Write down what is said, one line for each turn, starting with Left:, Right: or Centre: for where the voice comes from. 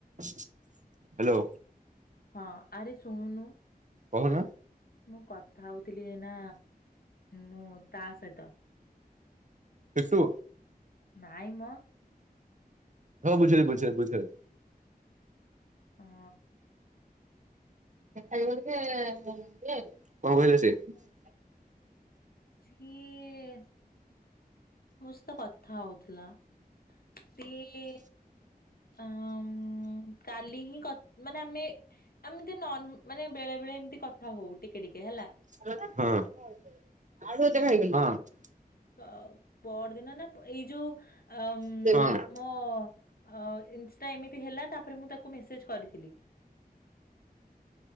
Right: ହ୍ୟାଲୋ।
Left: ହଁ ଆରେ ଶୁଣୁନୁ।
Right: କହୁନ।
Left: ମୁଁ କଥା ହଉଥିଲି ନା ମୁଁ ତା ସହିତ
Right: କିଟୁ
Left: ନାହିଁ ମୋ
Right: ହଁ ବୁଝିଅଲି ବୁଝିଅଲି ବୁଝିଅଲି।
Left: ହଁ।
Right: ଖ ଯେଏ କଣ କହିଲ ସିଏ <unintelligible>
Left: ସିଏ ମୋ ସହ ତ କଥା ହଉଥିଲା ସିଏ ଆଁ କାଲି ହିଁ କ ମାନେ ଆମେ ଆମତି ନନ୍ ମାନେ ବେଳେ ବେଳେ ଏମିତି କଥା ହଉ ଟିକେ ଟିକେ ହେଲା।
Right: ହଁ ହଁ।
Left: ତ ପରଦିନ ନା ଏଇ ଯୋଉ ଆଁମ
Right: ହଁ।
Left: ଅ ଇଁଷ୍ଟା ଏମିତି ହେଲା ତାପରେ ମୁଁ ତାକୁ ମେସେଜ କରିଥିଲି